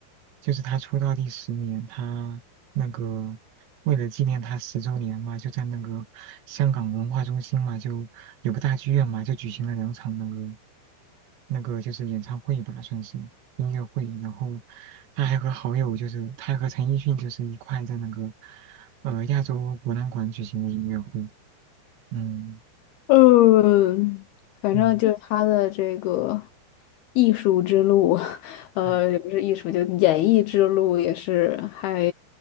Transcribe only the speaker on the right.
就是他出道第十年，他那个为了纪念他十周年嘛，就在那个香港文化中心嘛，就有个大剧院嘛，就举行了两场那个那个就是演唱会吧，算是音乐会。然后他还和好友，就是他还和陈奕迅就是一块在那个呃亚洲博览馆举行的音乐会。嗯
嗯。
嗯